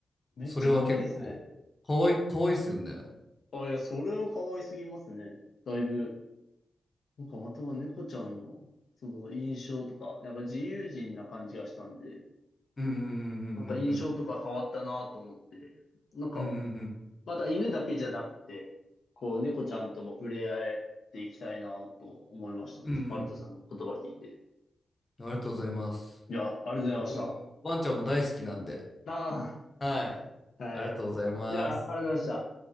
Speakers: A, on the left (about 70°); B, on the left (about 30°).
A: ー、めっちゃ可愛いですね。
B: それは結構、かわい、かわいいですよね。
A: あ、いや、それは可愛すぎますね。だいぶ。なんか、または猫ちゃんの、その印象とか、やっぱ自由人な感じがしたんで、
B: うんうん
A: なんか印象とか変わったなと思って、
B: うん
A: なんか、
B: うんうんうんうんうん
A: また犬だけじゃなくて、こう、猫ちゃんとも触れ合えていきたいなと思いました。
B: うんうんうん
A: アルトさんの言葉聞いて。
B: ありがとうございます。
A: いや、ありがとうございました。
B: 僕も、ワンちゃんも大好きなんで。
A: あ
B: はい。
A: あ、はい。
B: ありがとうございます。
A: いや、ありがとうございました。